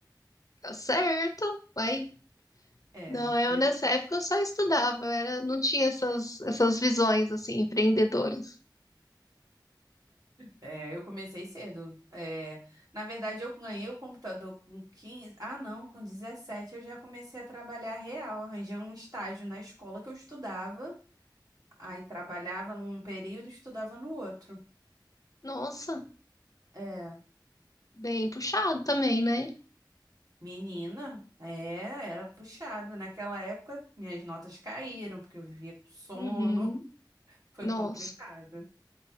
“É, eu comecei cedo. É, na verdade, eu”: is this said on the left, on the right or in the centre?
Right